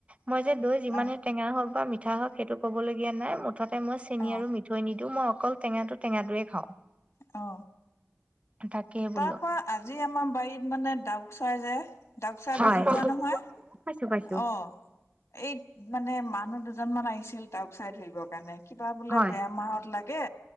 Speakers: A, on the right (about 25°); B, on the left (about 70°).
A: মই যে দৈ যিমানহে
B: অ
A: টেঙা হওক বা মিঠা হওক সেইটো ক'বলগীয়া নাই মুথতে মই চেনি
B: অ
A: আৰু মিঠৈ নিদিওঁ মই অকল টেঙাটো টেঙাটয়ে খাওঁ। <unintelligible>
B: অ
A: তাকে বোলো
B: তাৰ পৰা আজি আমাৰ বাৰীত মানে ডাউক চৰাই যে, ডাউক চৰাই
A: হয়
B: বুজি পোৱা নহয়। <unintelligible>
A: পাইছো পাইছো
B: অ এই মানে মানুহ দুজন মান আহিছিল ডাউক চৰাই ধৰিবৰ কাৰণে। কিবা বোলে
A: হয়
B: বেমাৰত লাগে